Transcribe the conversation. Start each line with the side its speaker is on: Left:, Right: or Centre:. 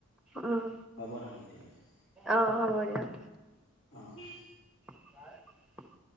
Centre: উম
Left: হ'ব নহলে ঠিক আছে,
Centre: অ হ'ব দিয়ক
Left: অঁ।
Centre: <inaudible>